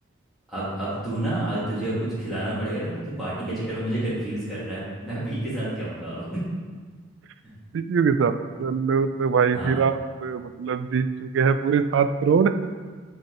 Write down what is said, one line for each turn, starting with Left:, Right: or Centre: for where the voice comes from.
Centre: अब अब तू ना अब तुझे अब कुछ खिलाना पड़ेगा ना तो तू पार्टी के चक्कर में मुझे कंफ्यूज कर रहा है मैं बी के साथ ही जाऊंगा अब
Right: सीपीयू
Centre: <laughs>
Right: के साथ चलो तो भाई
Centre: हाँ
Right: फिर आप मतलब जीत चुके हैं पूरे सात करोड़ <laughs>